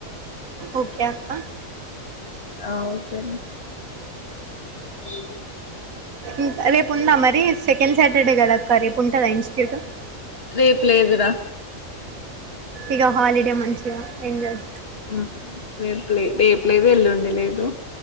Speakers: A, on the right (about 90°); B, on the left (about 45°).
A: ఓకే అక్క
B: ఆ ఓకే రా అ <inaudible>
A: ఇంకా రేపు ఉందా మరి సెకండ్ సాటర్డే కదా ఆ అక్క రేపు ఉంటదా ఇన్స్టిట్యూట్
B: రేపు లేదురా
A: ఇగ హాలిడే మంచిగా ఎంజాయ్
B: ఆహా రేపు లే రేపు లేదు ఎల్లుండి లేదు